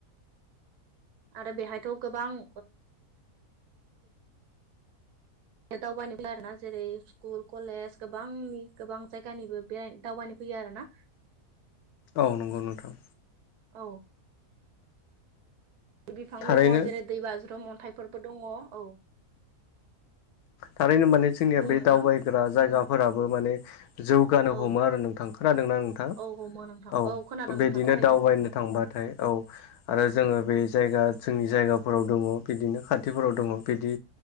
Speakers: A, on the right; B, on the left.
A: आरो बेहायथ' गोबां दावबायो आरो ना जेरै स्कुल कलेज गोबांनि गोबां जायगानिबो बेहाय दावबायानो फैयो आरोना
B: औ नंगौ नोंथां
A: औ बिफां
B: थारैनो
A: दङ जेरै दै बाज्रुम अन्थाइफोरबो दङ औ
B: थारैनो माने जोंनिया
A: बुं
B: बे
A: नोंथां
B: दावबायग्रा जायगाफोराबो माने जौगानो
A: औ
B: हमो आरो नोंथां खोनादोंना नोंथां
A: औ हमो नोंथां
B: औ
A: खोनादों नोंथां
B: बिदिनो
A: थारैनो
B: दावबायनो थांबाथाय औ आरो जोङो बे जायगा जोंनि जायगाफोराव दङ बिदिनो खाथिफोराव दङ बिदि